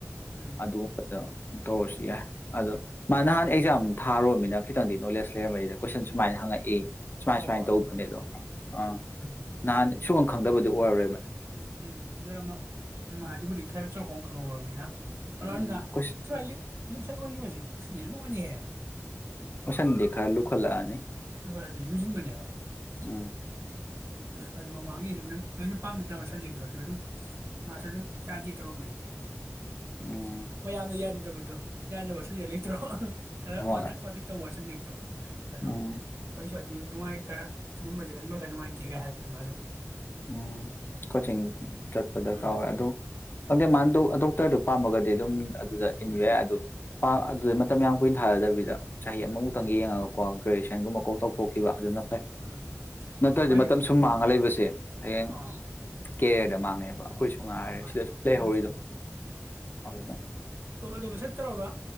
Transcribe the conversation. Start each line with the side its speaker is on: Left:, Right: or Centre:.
Right: ꯎꯝ
Left: ꯑꯗꯨ ꯄꯇꯥ ꯇꯣꯁꯤ ꯌꯥ ꯑꯗꯣ ꯃꯥ ꯅꯍꯥꯟ ꯑꯦꯛꯖꯥꯝ ꯊꯥꯔꯔꯕꯕꯅ ꯇꯪꯗꯤ ꯅꯣꯂꯦꯖ ꯂꯩꯔꯝꯃꯤꯅꯤꯗ ꯀꯣꯏꯁꯟ ꯁꯃꯥꯏꯅ ꯍꯪꯉꯛꯏ ꯁꯃꯥꯏ
Right: ꯍꯣꯏ
Left: ꯁꯃꯥꯏ
Right: ꯍꯣꯏ ꯑꯗꯨꯝꯕꯗꯣ
Left: ꯇꯧꯅꯦꯗ
Right: ꯎꯝ
Left: ꯑ ꯅꯍꯥꯟ ꯁꯨꯒꯨꯝ ꯈꯪꯗꯕꯗꯨ ꯑꯣꯏꯔꯥ ꯔꯣꯏ
Right: ꯎꯝ ꯎ ꯑꯗꯨꯕꯨꯗꯤ ꯈꯥꯏꯕ ꯆꯥꯎꯀꯥꯎ ꯈꯪꯍꯧꯃꯤꯅꯜꯣ
Left: ꯎꯝ
Right: ꯑꯗꯨꯅ
Left: ꯀꯣꯏꯁꯟ
Right: ꯁꯨꯃꯥꯏ ꯂꯤꯛ ꯂꯤꯛ ꯁꯠ ꯑꯣꯏꯈꯤꯕꯁꯤ ꯀꯠꯁꯤꯗꯤ ꯂꯣꯛꯑꯅꯤꯍꯦ
Left: ꯑꯣꯁꯥꯟꯗꯤ ꯈꯔꯥ ꯂꯨꯈꯠꯂꯛꯅꯤ
Right: ꯂꯅꯤ ꯂꯣꯏꯁꯤꯟꯕꯅꯦꯕ
Left: ꯎꯝ
Right: ꯑꯗꯨ ꯃꯃꯥꯡꯒꯤꯁꯨ ꯅꯪ ꯅꯣꯏꯅ ꯄꯥꯝꯖꯗꯕ ꯁꯕꯖꯦꯛꯇꯣ ꯑꯗꯨꯗ ꯑꯗꯨꯝ ꯃꯥꯁꯨ ꯑꯗꯨꯝ ꯌꯥꯗꯦ ꯇꯧꯔꯝꯕꯅꯤ
Left: ꯎꯝ
Right: ꯃꯌꯥꯝꯅ ꯌꯥꯟ ꯑꯗꯨꯗꯣ ꯌꯥꯗꯅꯕꯕ ꯁꯖꯦꯛ ꯂꯩꯇ꯭ꯔꯣ ꯈꯔ
Left: ꯍꯣꯏ
Right: ꯋꯥꯊꯛ ꯋꯥꯊꯛ ꯇꯧꯕ ꯁꯖꯤ <inaudible> ꯑꯗꯣ
Left: ꯎꯝ
Right: ꯑꯗꯨ ꯅꯨꯡꯉꯥꯏ ꯈꯔ ꯑꯗꯨꯝꯕ ꯃ ꯈꯔ ꯅꯨꯡꯉꯥꯏꯇꯦ ꯀꯤꯒ ꯍꯥꯏꯄ ꯃꯥꯖꯨ
Left: ꯎꯝ ꯀꯣꯆꯤꯡ ꯆꯠꯄ ꯗꯔꯀꯥꯔꯋꯦ
Right: ꯎꯝ
Left: ꯑꯗꯨ ꯈꯪꯗꯦ
Right: ꯎꯝ
Left: ꯃꯥ ꯗꯣꯛꯇꯔꯗꯨ ꯄꯥꯝꯃꯒꯗꯤ ꯑꯗꯨꯝ ꯑꯗꯨꯗ ꯏꯟꯕ ꯌꯥꯏ ꯑꯗꯨ ꯑꯗꯨꯗ ꯃꯇꯝ ꯌꯥꯝ ꯀꯨꯏꯅ ꯊꯥꯔꯗꯕꯤꯗ ꯆꯍꯤ ꯑꯃꯃꯨꯛꯇꯪ
Right: ꯎꯝ
Left: ꯌꯦꯡꯉꯒꯀꯣ ꯀꯦ ꯁꯒꯨꯝꯕꯀꯣꯛ ꯊꯣꯛꯈꯤꯕ ꯑꯗꯨꯅ ꯐꯩ
Right: ꯎꯝ
Left: ꯅꯠꯇ꯭ꯔꯗꯤ
Right: ꯃꯥꯏꯗꯤ
Left: ꯃꯇꯝ ꯁꯨꯝ ꯃꯥꯡꯉ ꯂꯩꯕꯁꯦ ꯍꯌꯦꯡ
Right: ꯑꯥ
Left: ꯀꯦꯔꯤꯌꯔꯗ ꯃꯥꯡꯉꯦꯕ ꯑꯩꯈꯣꯏꯁꯨ ꯉꯥꯏꯔꯦ
Right: ꯃꯥꯅꯤ ꯃꯥꯅꯤ
Left: ꯁꯤꯗꯁꯨ ꯂꯩꯍꯧꯔꯤꯗꯣ
Right: ꯀꯦꯃꯤꯁꯇ꯭ꯔꯤꯅꯤ
Left: ꯑꯗꯨꯅ
Right: ꯑꯣꯝ ꯃ ꯁꯠ ꯇꯧꯔꯒ